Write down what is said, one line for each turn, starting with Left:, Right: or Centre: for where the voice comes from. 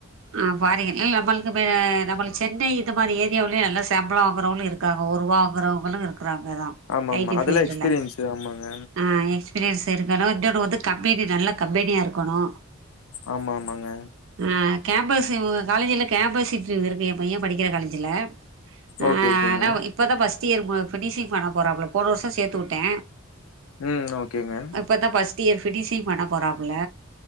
Right: ஆ ஃபாரின்ல ஏ நம்மளுக்கு நம்ம சென்னை இந்த மாதிரி ஏரியாவலயு நல்லா சம்பள வாங்கறவங்களு இருக் ருக்காக ஒருவா வாக்குறவங்களு இருக்கிறாங்கதா
Left: ஆமாமா.
Right: ஐ டி
Left: அதெல்லாம்
Right: ஃபீல்டுல
Left: எக்ஸ்பீரியன்ஸு. ஆமாங்க.
Right: ஆ எ எக்ஸ்பீரியன்ஸ் இருக்கணு இன்னொன்னு வந்து கம்பெனி நல்ல கம்பெனியா இருக்கணு
Left: ஆமா ஆமாங்க
Right: ஆ கேம்பஸ் இவங்க காலேஜ்ல கேம்பஸ் இண்டர்வியூ இருக்கு என் பைய படிக்கிற காலேஜ்ல ஆ
Left: ஓகே ஓகேங்க
Right: ஆனா இப்பதா ஃபஸ்ட் இயர் ஃபினிஷிங் பண்ண போறப்புல போன வருஷ சேர்த்து விட்டே
Left: ம் ஓகேங்க
Right: இப்பதா ஃபர்ஸ்ட் இயர் பினிஷி்ங் பண்ண போறாப்புல